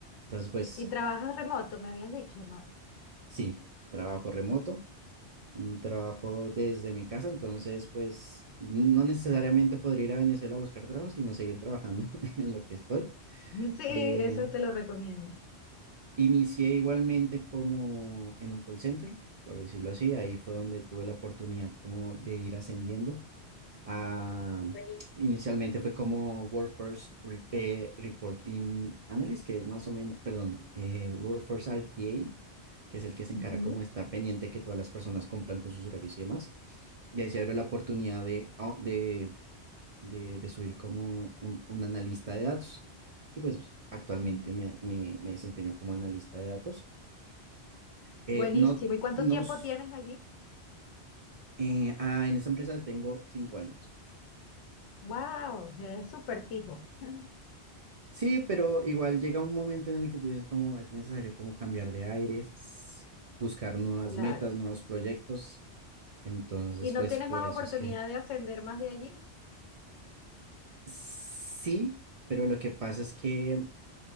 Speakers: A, on the right; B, on the left.
A: Entonces, pues
B: Y trabajas remoto, me habías dicho, ¿no?
A: Sí, trabajo remoto, mm, trabajo desde mi casa, entonces pues no necesariamente podría ir a Venezuela a buscar trabajo, sino seguir trabajando <laughs> en lo que estoy.
B: <laughs> Sí,
A: Eh,
B: eso te lo recomiendo.
A: inicié igualmente como en un call center, por decirlo así, ahí fue donde tuve la oportunidad como de ir ascendiendo. a-
B: Buenísimo.
A: inicialmente fue como Workforce Re- eh, Reporting Analyst, que es más o menos, perdón, eh, Workforce RTA. que es el que se
B: Ujú.
A: encarga como de estar pendiente que todas las personas cumplan con sus horarios y demás. Y ahí se abrió la oportunidad de, ah, de, de, de subir como un, un analista de datos. Y pues actualmente
B: Mm.
A: me, me, me desempeño como analista de datos. Eh,
B: Buenísimo.
A: no
B: ¿Y cuánto
A: nos...
B: tiempo tienes allí?
A: eh, ah, en esta empresa tengo cinco años.
B: Wow, es súper fijo. <laughs>
A: Sí, pero igual llega un momento en el que tú dices como es necesario como cambiar de aires, buscar nuevas
B: Claro.
A: metas, nuevos proyectos. Entonces,
B: y no
A: pues
B: tienes
A: por
B: más
A: eso
B: oportunidad
A: es que
B: de ascender más de allí,
A: Sí, pero lo que pasa es que